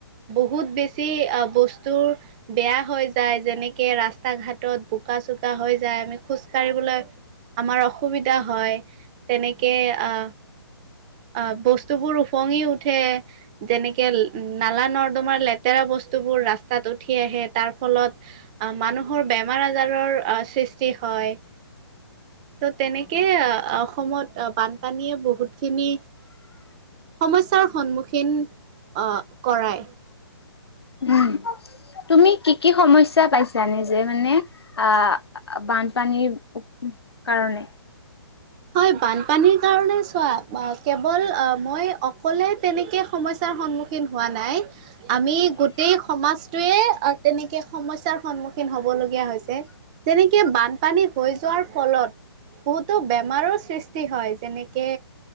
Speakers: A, on the right; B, on the left.
A: বহুত বেছি আহ বস্তুৰ বেয়া হৈ যায়, যেনেকে ৰাস্তা ঘাটত বোকা চোকা হৈ যায় আমি খোজ কাঢ়িবলৈ আমাৰ অসুবিধা হয়, তেনেকে আহ আহ বস্তুবোৰ ওফঙি উঠে যেনেকে নালা নৰ্দমাৰ লেতেৰা বস্তুবোৰ ৰাস্তাত উঠি আহে তাৰ ফলত মানুহৰ বেমাৰ আজাৰৰ সৃষ্টি হয়। ত' তেনেকে অসমত বানপানীয়ে বহুতখিনি সমস্যাৰ সন্মুখীন কৰায়।
B: উম, তুমি কি কি সমস্যা পাইছা নিজে মানে আহ বানপানীৰ কাৰনে?
A: হয়। বানপানীৰ কাৰণে চোৱা কেৱল মই অকলে তেনেকে সমস্যাৰ সন্মুখীন খীন হোৱা নাই। আমি গোটেই সমাজটোৱে তেনেকে সমস্যাৰ সন্মুখীন হ'বলগীয়া হৈছে। তেনেকে বানপানী হৈ যোৱাৰ ফলত বহুতো বে বমাৰৰ সৃষ্টি হয়। যেনেকে